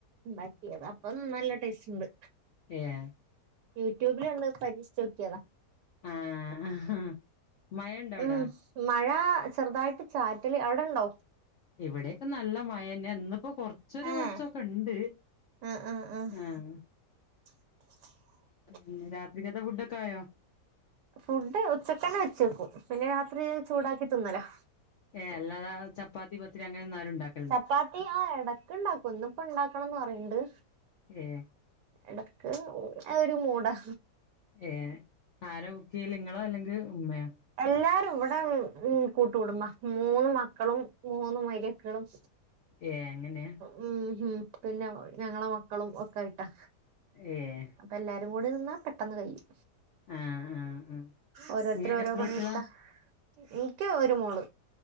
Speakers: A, on the right; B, on the left.
A: ണ്ടാ ള്ളതാ. അപ്പം നല്ല ടേസ്റ്റ്ണ്ട്.
B: ഏഹ്
A: യൂട്യൂബിലണ്ട് പരീക്ഷിച്ചോക്കിയതാ.
B: ആഹ്. മഴ ണ്ടൊ അവ്ടാ?
A: ഉം മഴ ചെറ്തായിട്ട് ചാറ്റല്. അവ്ടണ്ടോ?
B: ഇവിടെയൊക്കെ നല്ല മഴെന്നെ എന്നു പ്പൊ കൊർച്ചൊരു
A: ആഹ്
B: വെൾച്ചൊക്കെണ്ട്.
A: ആഹ് ആഹ് ആഹ്
B: ഏഹ്
A: <inaudible>
B: <unintelligible> രാത്രിക്കത്തെ ഫുഡൊക്കായൊ?
A: ഫുഡ് ഉച്ചക്കനെ വെച്ചേക്കും പിന്നെ രാത്രി ചൂടാക്കിതിന്നലാ
B: ഏഹ് അല്ലാതാ ചപ്പാത്തി പത്തിരി അങ്ങനെന്നാരും ഉണ്ടാക്
A: ചപ്പാത്തി ആ എടക്കിണ്ടാക്കും ഇന്നിപ്പ ഇണ്ടാക്കണന്ന് പറയണ്ട്.
B: ഏഹ്
A: എടക്ക് ഒരു മൂടാ
B: ഏഹ് ആരാ കുക്ക്ചെയ്യല് ഇങ്ങളോ അല്ലെങ്കിൽ ഉമ്മയോ?
A: എല്ലാരും ഇവിടെ ഉം ഉം കൂട്ടുകുടുമ്പാ മൂന്ന് മക്കളും മൂന്ന് മര്ക്കളും
B: ഏഹ് അങ്ങനെ
A: ഉം ഹ് പിന്നെ ഞങ്ങളെ മക്കളും ഒക്കായിട്ടാ.
B: ഏഹ്
A: അപ്പൊ എല്ലാരും കൂടി നിന്നാ പെട്ടെന്ന് കഴിയും
B: ആഹ് ആഹ് ആഹ്
A: ഓരോരുത്തര
B: ഇങ്ങക്ക്
A: ഓരോ
B: എത്ര
A: പണിയെടുത്താ
B: കുട്ടികളാ
A: ഇനിക് ഒരു മോള്.